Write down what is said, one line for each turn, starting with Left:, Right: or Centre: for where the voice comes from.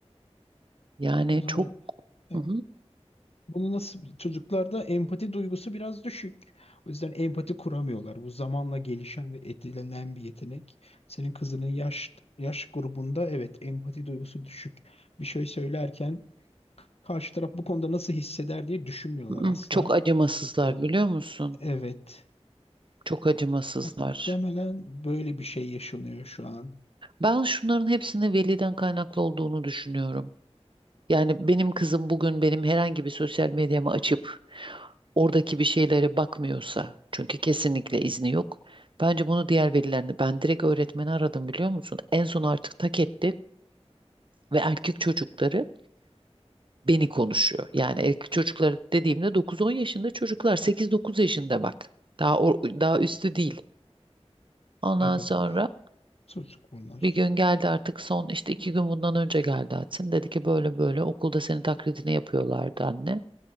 Right: Yani
Left: Bu da
Right: çok
Left: ya,
Right: Hı hı.
Left: bunu nasıl çocuklarda empati duygusu biraz düşük. O yüzden empati kuramıyorlar. Bu zamanla gelişen ve edinilen bir yetenek. Senin kızının yaş yaş grubunda evet empati duygusu düşük. Bir şey söylerken karşı taraf bu konuda nasıl hisseder diye düşünmüyorlar
Right: Hı
Left: asla.
Right: hı. Çok acımasızlar
Left: Ee,
Right: biliyor musun?
Left: evet.
Right: Çok acımasızlar.
Left: Muhtemelen böyle bir şey yaşanıyor şu an.
Right: Ben şunların hepsinin veliden kaynaklı olduğunu düşünüyorum. Yani benim kızım bugün benim herhangi bir sosyal medyamı açıp oradaki bir şeylere bakmıyorsa, çünkü kesinlikle izni yok. Bence bunu diğer velilerinde ben direkt öğretmeni aradım biliyor musun? En son artık tak etti ve erkek çocukları beni konuşuyor. Yani erkek çocuklar dediğimde dokuz on yaşında çocuklar sekiz dokuz yaşında bak. Daha o- daha üstü değil. Ondan
Left: Evet.
Right: sonra
Left: Çocuk bunlar.
Right: bir gün geldi artık son işte iki gün bundan önce geldi Atsin. Dedi ki böyle böyle okulda senin taklidini yapıyorlardı anne.